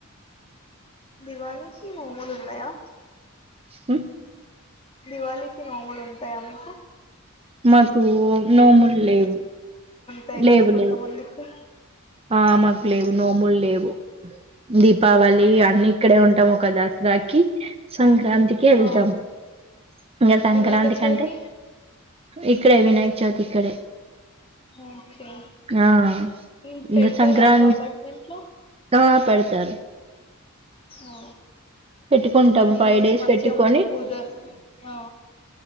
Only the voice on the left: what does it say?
దివాళి కి నోములున్నాయా?
దివాళికి నోములు ఉంటాయా మీకు
టాయి
కదా కొంత
మందికి
ఓకే.
ఆ
వినాయక చవితి
ఓకే
ఇన్
పెడితే
రా అక్క పార్ట్మెంట్ లో
ఓ
నైన్
డేస్ మంచిగా
పూజ అ